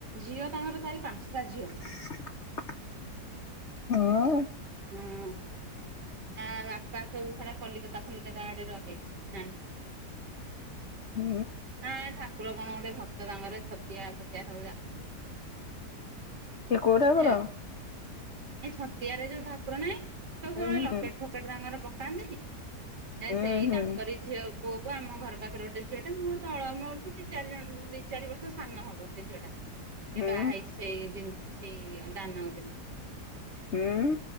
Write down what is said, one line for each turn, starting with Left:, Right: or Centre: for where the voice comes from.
Right: ଝିଅ ତାଙ୍କର ଚାରି ପାଞ୍ଚଟା ଝିଅ
Left: <inaudible> ହଁ।
Right: ହୁଁ। ଆ ତା ବାପା ସବୁ ହେରା କଲିକତା ଫଲିକତା ଆଡେ ରହେ ଜାନି
Left: ହୁଁ।
Right: ହଁ ଠାକୁର କଣ ଗୋଟେ ଭକ୍ତ ତାଙ୍କର ଛତିଆ ଫତିଆ ସବୁ ଜାଆନ୍ତି।
Left: ସେ କୋଉ ଠାକୁର?
Right: ଏ ଏ ଛତିଆରେ ଯୋଉ ଠାକୁର ନାହିଁ, ସବୁ ସବୁବେଳେ
Left: ହୁଁ
Right: ଲକେଟ-ଫକେଟ
Left: ହୁଁ
Right: ତାଙ୍କର ପକାନ୍ତି। ଏ
Left: ହୁଁ
Right: ସେଇ ତାଙ୍କରି
Left: ହୁଁ
Right: ଝିଅ ପୁଅକୁ ଆମ ଘର ପାଖରେ ଗୋଟେ ଝିଅ ଟେ ମୋ ଠୁ ତଳ ଦି ଚାରି ବର୍ଷ ସାନ ହେବ ସେ ଝିଅ ଟା। ସେ
Left: ହୁଁ
Right: ବାହା ହେଇଛି ସେଇଠି ସେ ଦାନଗଦି ରେ।
Left: ହୁଁ।